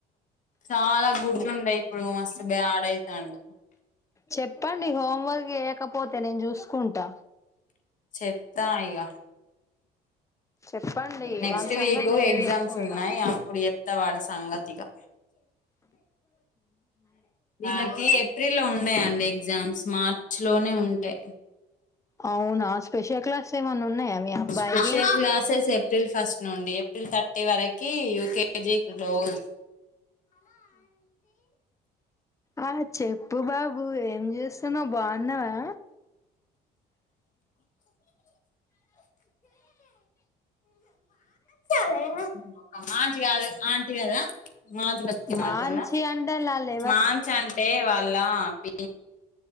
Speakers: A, on the left; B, on the left.
A: చాలా గుడ్డు ఉండే ఇప్పుడు మస్తు బ్యాడ్ అయితాండు
B: చెప్పండి హోంవర్క్ చేయకపోతే నేను చూసుకుంటా
A: చెప్తా ఇగ
B: చెప్పండి
A: నెక్స్ట్
B: వాని సంగతి
A: వీక్
B: నేను
A: ఎగ్జామ్స్
B: చూసుకుంటా
A: ఉన్నాయి అప్పుడు చెప్తావాడి సంగతిగా వీళ్ళకి ఏప్రిల్ లో ఉన్నాయండి ఎగ్జామ్స్ మార్చ్ లోనే ఉంటాయి
B: అవునా స్పెషల్ క్లాస్ ఏమనా ఉన్నాయా మీ అబ్బాయికి
A: స్పెషల్ క్లాసెస్ ఏప్రిల్ ఫస్ట్ నుండి ఏప్రిల్ థర్టీ వరకి యూకేజీ క్లోజ్
B: ఆ చెప్పు బాబు ఏం చేస్తున్నావు బాగున్నావా
A: నీ మొఖం మాంచ్ కాదు ఆంటీ కదా మాంచ్ లెక్క ఇన
B: మాంచి
A: వాడతాందా
B: అంటే వాళ్ళు
A: మాంచ్ అంటే వాళ్ళ పి